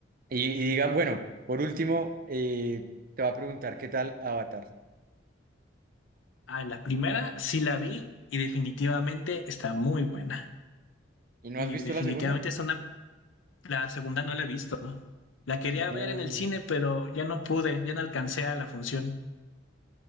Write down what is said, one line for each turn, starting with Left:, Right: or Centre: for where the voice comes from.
Right: y, y digan, bueno, por último, eh, te va a preguntar qué tal Avatar.
Left: Ah, la primera sí la vi y definitivamente está muy buena.
Right: ¿Y no
Left: Y
Right: has visto
Left: definitivamente
Right: la segunda?
Left: es una... La segunda no la he visto. La quería
Right: No,
Left: ver en el cine, pero ya no pude, ya no alcancé a la función.